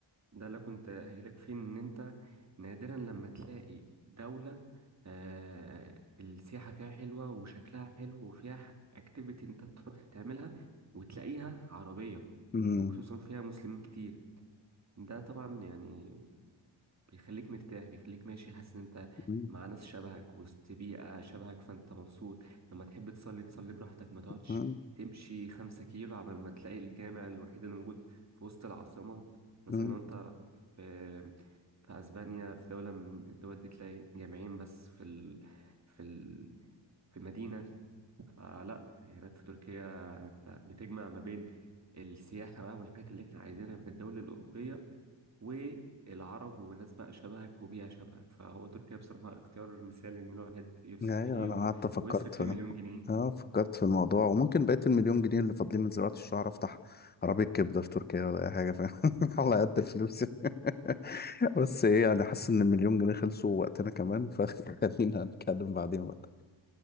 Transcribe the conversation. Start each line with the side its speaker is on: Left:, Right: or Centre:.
Right: ده اللي كنت هجيلك فيه ان انت نادرا لما تلاقي دولة آه السياحة فيها حلوة وشكلها حلو وفيها اكتيفيتي انت تروح تعملها وتلاقيها عربية
Left: امم
Right: وخصوصا فيها مسلمين كتير ده طبعا يعني بيخليك مرتاح بيخليك ماشي حاسس ان انت
Left: امم
Right: مع ناس شبهك وسط بيئة شبهك فانت مبسوط لما تحب تصلي تصلي براحتك ما تقعدش
Left: امم
Right: تمشي خمسة كيلو عبال ما تلاقي الجامع الوحيد اللي موجود في وسط العاصمة مثلا
Left: امم
Right: لو انت في في اسبانيا في دولة من الدول دي تلاقي جامعين بس في ال... في ال... في المدينة فلا هناك في تركيا انت بتجمع ما بين السياحة بقى والحاجات اللي احنا عايزينها من الدول الأوروبية والعرب وناس بقى شبهك وبيئة شبهك فهو تركيا بصراحة اختيار مثالي إن الواحد يفصل
Left: ايوه
Right: فيه
Left: انا
Right: و...
Left: قعدت فكرت
Right: ويصرف فيه مليون جنيه
Left: اه فكرت في الموضوع وممكن بقية المليون جنيه اللي فاضلين من زراعة الشعر افتح عربية كبدة في تركيا ولا اي حاجة فاهم <laughs> على
Right: <laughs>
Left: قد الفلوس <laughs> بس ايه يعني حاسس ان المليون جنيه خلصوا وقتنا كمان فخلينا <laughs> نتكلم بعدين بقى